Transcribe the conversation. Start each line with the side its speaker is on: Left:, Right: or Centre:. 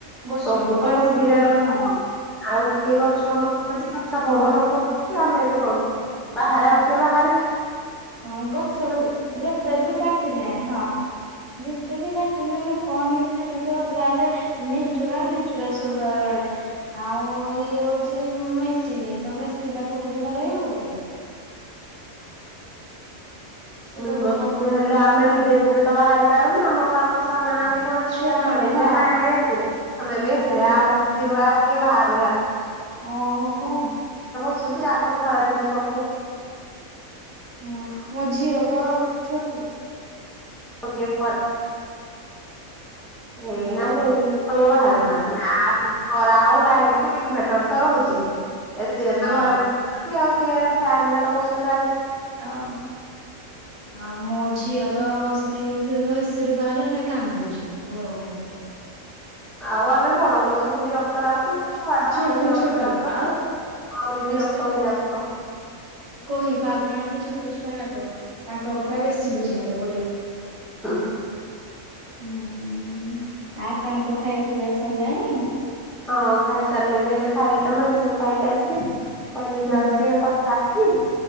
Right: ଗଛ
Centre: ସବୁ
Right: ଲତା
Centre: ତ ଏସିରେ
Right: ରହି
Centre: ରହିଲେ
Right: ହଁ।
Centre: ଆଉ କିଏ ଗଛ ଲଗଉଛି, ଗଛ
Right: ହଁ
Centre: ପବନ ଖୋଜୁଛି ଆମେ ବି ହଉ। ବାହାରେ
Right: ହଁ
Centre: ଆଉ କିଏ ବାହାରୁଛି କି?
Right: ହଁ ଗଛ ଲ ଯେତେବି କାଟିଲେ ହଁ। ଯେତେ ବି କାଟିଲେ ନା ଲୋକମାନେ ଛାଟିପିଟି ହଉ ଯାହାହେଲେ ନେଚୁରାଲ ନେଚୁରାଲ ସୁନ୍ଦର ମିଳେ। ଆଉ ଇଏ ହଉଛି ମେସିନି ତ ମେସିନଟା ସବୁଦିନ ରହିବ କି। କେତେ
Centre: ମନ
Right: ଲୋକଙ୍କର
Centre: ଟିକେ ହେଲେ
Right: ଯେମିତି
Centre: ଆମେ ନିଜେ ନିଜେ ତ ବାହାରି ପାରୁନୁ, ଆମଠୁ ଆମ ଛୁଆ ମାନେ ଆହୁରି କଣ ଶିଖିବେ
Right: ଛୁଆ
Centre: ସେମାନେ
Right: ମାନେ ହଁ
Centre: ନାଇଁ ନାଇଁ ଏ ସି ରେ, ଆମେ ବି
Right: ହଁ
Centre: ଏ ସି ରେ ଆଉ ଏ ସି ରୁ ଆଉ କିଏ ବାହାରୁନାହାନ୍ତି। ନାହାନ୍ତି
Right: ଆଉ କଣ?
Centre: ଆସୁଚି ଆଗ ଖରା ଦିନେ ସବୁ
Right: ହୁଁ ମୋ ଝିଅ ତ ଛୋଟି।
Centre: ଓ କେ ଖ
Right: ହୁଁ
Centre: ଏଇନା ଆଉ କେହି ଘରୁ ବାହାରୁ
Right: ମୋ
Centre: ନାହାନ୍ତି ନା ଖରା ହଉ ଲାଇନକୁ ଇନଭେ ଟର ତ ହଉଛି ଏ ସି ରେ
Right: ହଁ
Centre: ତ ଘରେ ବସୁଛନ୍ତି ଆଉ କିଏ ଫ୍ୟାନରେ ତ ବସୁନାହାନ୍ତି।
Right: ହଉ। ଆଉ ମୋ ଝିଅ ତ ବସି ସେ ତ ଏ ସି ରେ ବାହାରିଲେ ଖାଲି କାନ୍ଦୁଚି ଗରମକୁ।
Centre: ଆଉ ଆମେ ବଡ ମଣିଷଙ୍କୁ ବିରକ୍ତ ଲାଗୁଛି, ସେ ଛୁଆଟା
Right: ଛୋଟ
Centre: ତାକୁ ବିରକ୍ତ
Right: ଛୋଟ
Centre: ଲାଗିବନି।
Right: ଆଉ
Centre: ଆଉରି ବିରକ୍ତ
Right: ସେ
Centre: ହେଇଯାଉ ଥିବ।
Right: କହି ପାରୁନାହାନ୍ତି ଛୋଟଛୁଆ ଯାକ, ତାଙ୍କ କଥା ବେଶୀ ବୁଝିବାକୁ ପଡିବ।
Centre: ହୁଁ।
Right: ହୁଁ ଆପଣଙ୍କ ଖାଇବା ପିଇବା ସଇଲାଣି।
Centre: ହଁ ଖାଇ ସାରିଲିଣି ଏଇନେ ଖାଇକି ତ ମେଡିସିନ ଖାଇକି ଆସିଲି। କହିଲି
Right: ହୁଁ
Centre: ଯାଉଛି ଟିକେ କଥା ହେବି,